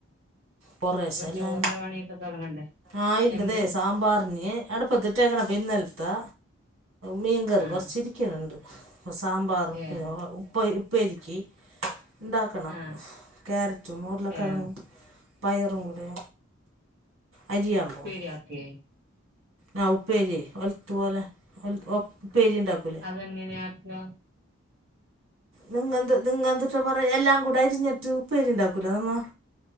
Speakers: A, on the right; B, on the right.
A: കൊറേശെ എല്ലാ
B: ചോറിന്റെ പണിയൊക്കെ തുടങ്ങണ്ടേ
A: ആഹ് ഇല്ലതെ
B: എന്ത്
A: സാമ്പാറിന് അടുപ്പത്തിട്ടേക്കണെ അപ്പം ഇന്നലത്തെ മീൻകറി
B: ആഹ്
A: കൊറച്ചിരിക്കണണ്ട് ഇപ്പ സാമ്പാറും
B: ഏഹ്
A: <unintelligible> ഉപ്പേ ഉപ്പേരിക്ക് ഇണ്ടാക്കണം
B: ആഹ്
A: ക്യാരറ്റും ഉർളക്കെഴങ്ങും
B: ഏഹ്
A: പയറും കൂടെ അരിയാൻ
B: ഉപ്പേരി
A: പോകണം
B: ആക്കേ
A: ആ ഉപ്പേരി ഒലത്തുപോലെ ഉപ്പേരി ഇണ്ടാക്കൂലെ
B: അതെങ്ങനെയ ആക്കാ?
A: നിങ്ങെന്ത് നിങ്ങെന്ത്‌ട്ടാ പറയാ എല്ലാം കൂടെ അരിഞ്ഞിട്ട് ഉപ്പേരിണ്ടാക്കൂലാ നമ്മ